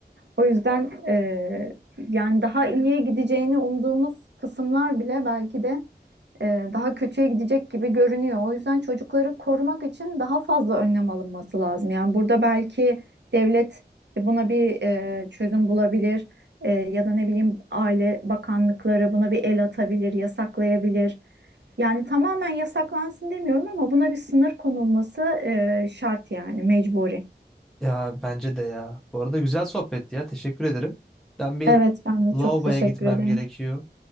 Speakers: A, on the right; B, in the centre.
A: O yüzden e, yani daha iyiye gideceğini umduğumuz kısımlar bile belki de e, daha kötüye gidecek gibi görünüyor. O yüzden çocukları korumak için daha fazla önlem alınması lazım. Yani burada belki devlet e, buna bir e, çözüm bulabilir E, ya da ne bileyim aile bakanlıkları buna bir el atabilir, yasaklayabilir. Yani tamamen yasaklansın demiyorum ama buna bir sınır konulması e, şart yani mecburi.
B: Ya bence de ya. Bu arada güzel sohbetti ya. Teşekkür ederim. Ben bir
A: Evet ben de
B: lavaboya
A: çok teşekkür
B: gitmem
A: ederim.
B: gerekiyor.